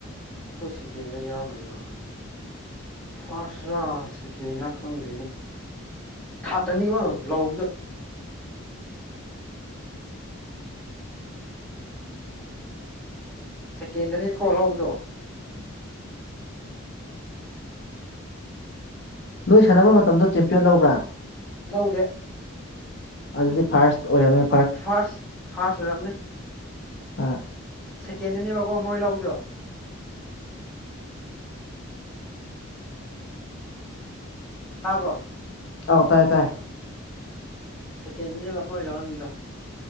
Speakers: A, in the centre; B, on the left.
A: ꯑꯈꯣꯏ ꯁꯦꯀꯦꯟꯗ ꯌꯥꯎꯕ꯭ꯔꯥ ꯌꯥꯎꯔꯅꯤ ꯐꯥꯔꯁꯔ ꯁꯦꯀꯦꯟꯔ ꯈꯪꯗ꯭ꯔꯤꯅꯦ ꯊꯠꯇꯅꯤꯀꯣ ꯂꯧꯕꯗꯨ ꯁꯦꯀꯦꯟꯗ꯭ꯔꯅꯤ ꯀꯣ ꯂꯧꯕꯗꯣ
B: ꯅꯣꯏ ꯁꯥꯟꯅꯕ ꯃꯇꯝꯗꯣ ꯆꯦꯝꯄꯤꯌꯟ ꯂꯧꯕ꯭ꯔꯥ
A: ꯂꯧꯗꯦ
B: ꯑꯗꯨꯗꯤ ꯐꯥꯔꯁ ꯑꯣꯏꯔꯝꯃ
A: ꯐꯥꯔꯁ ꯐꯥꯔꯁ ꯑꯣꯏꯔꯝꯅꯤ
B: ꯑꯥ
A: ꯁꯦꯀꯦꯟꯗꯅꯦꯕꯀꯣ ꯃꯣꯏ ꯂꯧꯏꯗꯣ ꯇꯥꯕ꯭ꯔꯣ
B: ꯑꯧ ꯇꯥꯏꯌꯦ ꯇꯥꯏ
A: ꯁꯦꯀꯦꯟꯗꯅꯦꯕ ꯃꯣꯏ ꯂꯧꯔꯝꯃꯤꯗꯣ